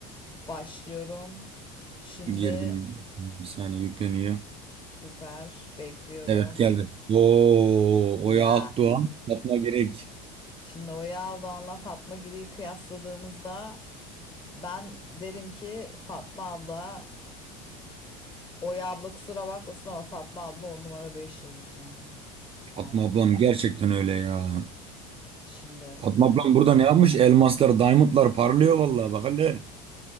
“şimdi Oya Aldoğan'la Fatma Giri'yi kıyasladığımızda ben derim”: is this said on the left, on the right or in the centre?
Left